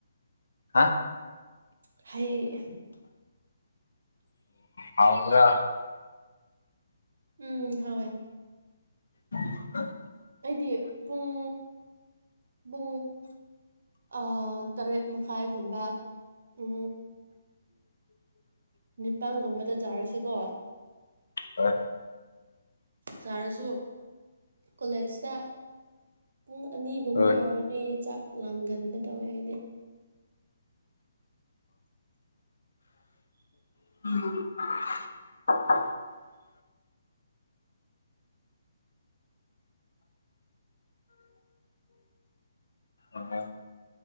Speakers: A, on the left; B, on the right.
A: ꯍꯥ
B: ꯍꯩ
A: ꯑꯣ ꯍꯥꯎ꯭ꯔ
B: ꯎꯝ ꯍ
A: ꯎ ꯐ
B: ꯑꯩꯗꯤꯨꯡ ꯄ ꯑ ꯇꯔꯦꯠ ꯃꯈꯥꯏꯒꯨꯝꯕ ꯎ ꯅꯤꯄꯥꯟꯒꯨꯝꯕꯗ ꯆꯥꯔꯁꯤꯀꯣ
A: ꯍ
B: ꯁꯥꯔꯁꯨ ꯀꯣꯂꯦꯖꯇ ꯄꯨꯡ ꯑꯅꯤꯒꯨꯝꯕ
A: ꯍꯣꯏ
B: ꯌꯥꯎꯔꯗꯤ ꯆꯥꯛ ꯂꯥꯝꯒꯟꯕ ꯇꯧꯋꯦ ꯍꯥꯏꯗꯤ <inaudible>
A: ꯎ ꯑ ꯑꯣꯦ